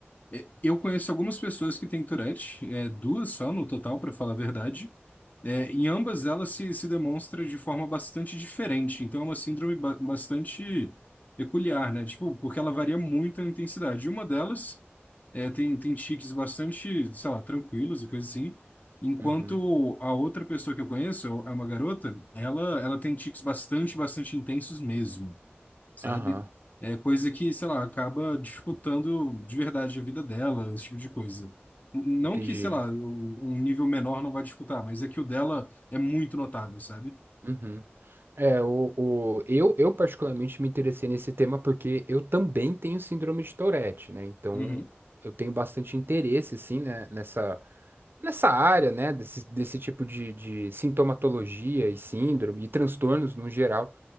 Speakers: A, on the left; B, on the right.
A: é, eu conheço algumas pessoas que têm Tourette, é, duas só no total, para falar a verdade. É, em ambas elas se, se demonstra de forma bastante diferente. Então é uma síndrome ba- bastante peculiar, né? Tipo, porque ela varia muito a intensidade. E Uma delas é, tem, tem tiques bastante, sei lá, tranquilos e coisas assim. Enquanto
B: Uhum.
A: a outra pessoa que eu conheço, é uma garota, ela, ela tem tiques bastante, bastante intensos mesmo. sabe?
B: Aham,
A: É coisa que, sei lá, acaba dificultando de verdade a vida dela, esse tipo de coisa. N- Não
B: entendi.
A: que, sei lá, o- um nível menor não vai disputar, mas é que o dela é muito notável, sabe?
B: Uhum. É, o, o, eu, eu particularmente me interessei nesse tema porque eu também tenho síndrome de Tourette, né? Então,
A: Uhum.
B: eu tenho bastante interesse, sim, né? Nessa, nessa área, né? Desse, desse tipo de, de sintomatologia e síndrome e transtornos no geral.